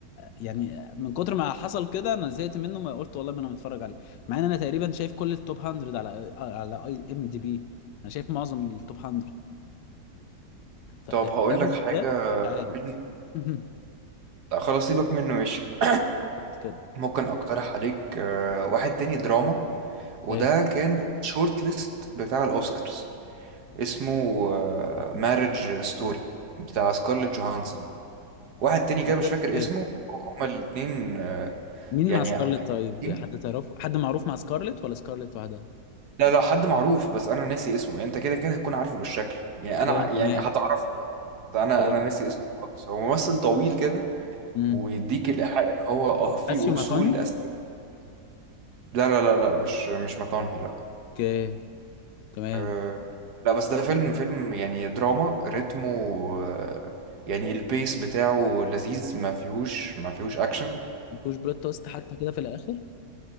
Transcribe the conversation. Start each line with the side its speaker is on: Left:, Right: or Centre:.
Left: يعني من كتر ما حصل كده انا زهقت منه ما قلت والله ما انا متفرج عليه مع ان انا تقريبا شايف كل التوب 100 على على اي ام دي بي انا شايف معظم التوب 100 ف... لكن
Right: طب هقول
Left: ده بالذات
Right: لك حاجه
Left: مش عارف
Right: فيلم
Left: <laughs>
Right: لا، خلاص سيبك منه ماشي
Left: بالظبط كده
Right: ممكن اقترح عليك آه، واحد تاني دراما وده
Left: اوكي
Right: كان شورت ليست بتاع الاوسكارز اسمه
Left: <laughs>
Right: مارج ستوري بتاع سكارليت جوهانسون واحد تاني كده
Left: سكارلت
Right: مش فاكر
Left: اوكي.
Right: اسمه هما الاتنين آه،
Left: مين
Right: يعني
Left: مع سكارلت
Right: محمدين.
Left: طيب حد تعرفه حد معروف مع سكارلت ولا سكارلت وحدها
Right: لا لا حد معروف بس انا ناسي اسمه يعني انت كده كده هتكون عارفه بالشكل يعني
Left: اوكي
Right: انا ع- يعني
Left: تمام
Right: هتعرفه بس انا
Left: اوكي
Right: انا ناسي اسمه خالص هو ممثل طويل كده
Left: امم
Right: ويديك الايحاء ان هو اه في
Left: ماثيو
Right: اصول
Left: ماكوني
Right: أساسية لا لا لا لا مش مش مكانهي لا
Left: اوكي تمام
Right: أه لا بس ده فيلم فيلم يعني دراما رتمه آه، يعني البيس بتاعه لذيذ ما فيهوش ما فيهوش اكشن
Left: ما فيهوش بلوت تويست حتى كده في الاخر